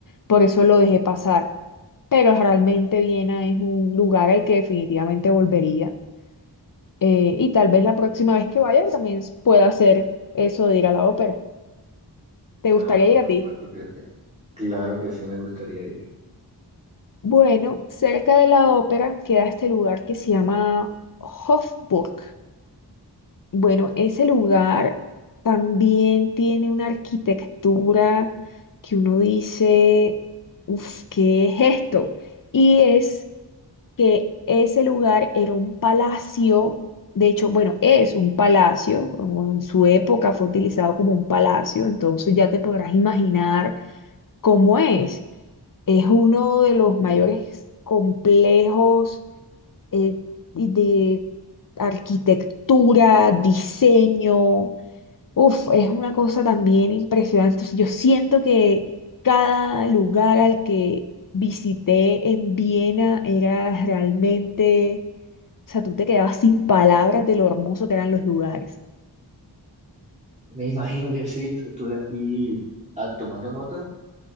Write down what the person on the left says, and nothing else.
por eso lo dejé pasar. Pero realmente Viena es un lugar al que definitivamente volvería. eh, y tal vez la próxima vez que vaya también pueda hacer eso de ir a la ópera. ¿Te gustaría
ir a
ti?
Bueno, cerca de la ópera queda este lugar que se llama Hofburg. Bueno, ese lugar también tiene una arquitectura que uno dice, uff, ¿qué es esto? Y es que ese lugar era un palacio, de hecho, bueno, es un palacio, o en su época fue utilizado como un palacio, entonces ya te podrás imaginar cómo es. Es uno de los
mayores complejos eh, y de arquitectura, diseño. Uf, es una cosa también impresionante. Entonces, Yo siento que cada lugar al que visité en Viena era realmente, o sea, tú te quedabas sin palabras de lo hermoso que eran los lugares.